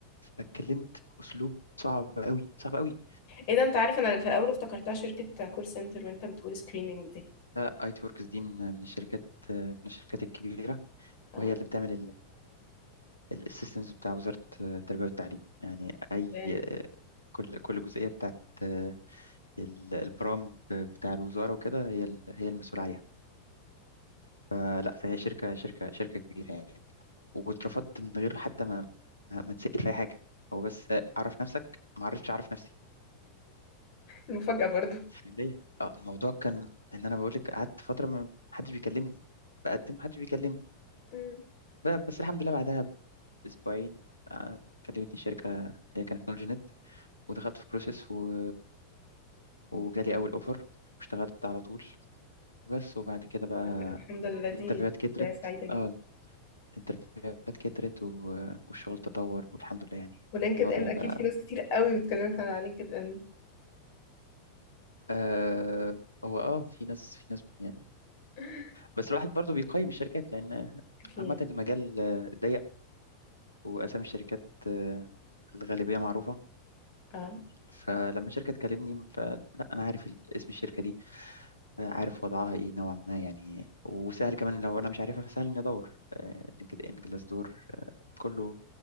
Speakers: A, on the left (about 85°); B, on the left (about 50°).
A: اتكلمت اسلوب صعب قوي صعب قوي
B: ايه ده انت عارف انا في الاول افتكرتها شركه كول سنتر وانت بتقول سكريننج دي
A: لا لا اي تي وركس دي من من الشركات آه، من الشركات الكبيرة
B: اه
A: وهي اللي بتعمل السيستمز بتاع وزارة آه، التربية والتعليم يعني اي
B: تمام.
A: آه، كل كل جزئية بتاعت آه، ال- البرامج بتاع الوزارة وكده هي ال- هي المسؤولة عليها فلا فهي شركة شركة شركة كبيرة يعني واترفضت من غير حتى ما ما, ما تسأل في أي حاجة هو بس أعرف نفسك ما عرفتش أعرف نفسي
B: المفاجاه برضو
A: فعليا اه الموضوع كان إن أنا بقول لك قعدت فترة ما حدش بيكلمني بقدم محدش بيكلمني
B: مم.
A: ب- بس الحمد لله بعدها بأسبوعين آه، كلمتني شركة اللي هي كانت نولجينيت ودخلت في بروسيس و... وجالي أول أوفر واشتغلت على طول وبس وبعد كده بقى
B: الحمد لله دي
A: الانترفيوهات كترت
B: بدايه سعيده جدا
A: اه الانترفيوهات كترت و... والشغل تطور والحمد لله يعني
B: ولينكد
A: الوضع
B: ان اكيد
A: بقى
B: في ناس كتير قوي بتكلمك عن لينكد ان
A: آه هو اه في ناس في ناس يعني
B: <laughs>
A: بس الواحد برضو بيقيم الشركات لان
B: اكيد
A: عامة المجال آه، ضيق واسامي الشركات آه، الغالبية معروفة
B: اه
A: فلما شركة تكلمني فلا أنا عارف ال- اسم الشركة دي آه، عارف وضعها إيه نوعا ما يعني وسهل كمان لو أنا مش عارفها فسهل إني أدور لينكد إن جلاس دور كله